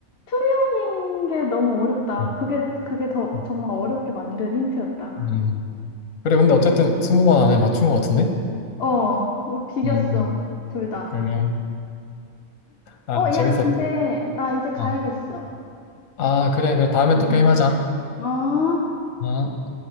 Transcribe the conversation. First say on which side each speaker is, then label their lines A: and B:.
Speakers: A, on the left; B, on the left.
A: 투명인 게 너무 어렵다.
B: 음,
A: 그게, 그게 더
B: 음.
A: 정말 어렵게 만든 힌트였다.
B: 음. 그래, 근데 어쨌든 스무 번 안에 맞춘 것 같은데?
A: 어, 우리 비겼어.
B: 음,
A: 둘 다.
B: 그래. 아,
A: 어,
B: 재밌었다.
A: 야, 근데 나 이제 가야겠어.
B: 어. 아, 그래, 그래. 다음에
A: 응,
B: 또 게임하자.
A: 응. 어?
B: 어.